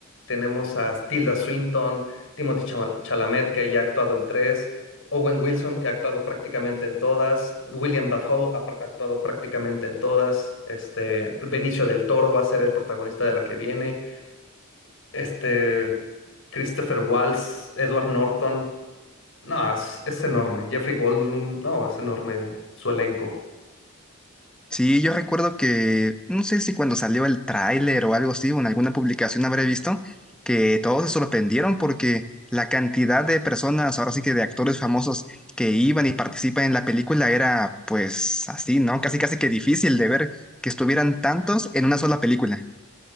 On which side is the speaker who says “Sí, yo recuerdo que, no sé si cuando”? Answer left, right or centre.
Centre